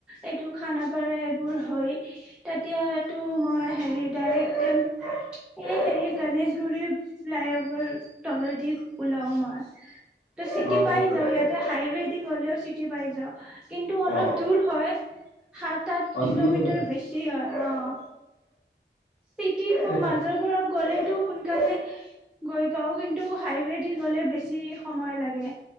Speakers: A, in the centre; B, on the left (about 80°).
A: এইটো খানাপাৰা এইবোৰ হয় তেতিয়াতো মই হেৰি ডাইৰেক্ট এই হেৰি গণেশগুৰি ফ্লাইওভাৰ তলেদি ওলাও মই। ত চিটি
B: অ
A: পাই
B: গম পাইছো
A: যা ইয়াতে হাইৱে স গলেও চিটি পাই যাওঁ। কিন্তু
B: অ
A: অলপ দূৰ হয়। সাত আঠ
B: অ
A: কিলোমিটাৰ
B: দূৰ হয়
A: বেছি হয় অ'। সিট
B: নেকি?
A: মাজৰ পৰা গ'লেতটো সোনকালে গৈ পাও কিন্তু হাইৱেদি গ'লে বেছি বেছি যি সময় লাগে